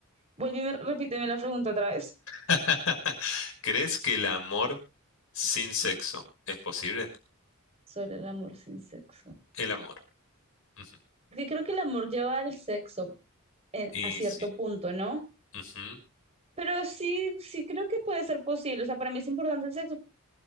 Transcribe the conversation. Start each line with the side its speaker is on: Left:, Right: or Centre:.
Right: Vuelve y me- repíteme la pregunta otra vez
Left: <laughs> crees que el amor sin sexo es posible?
Right: sobre el amor sin sexo.
Left: El amor. ujú,
Right: Porque creo que el amor lleva al sexo en-
Left: Y
Right: a cierto
Left: sí.
Right: punto, ¿no?
Left: Ujú,
Right: Pero sí, sí creo que puede ser posible. O sea, para mí es importante el sexo,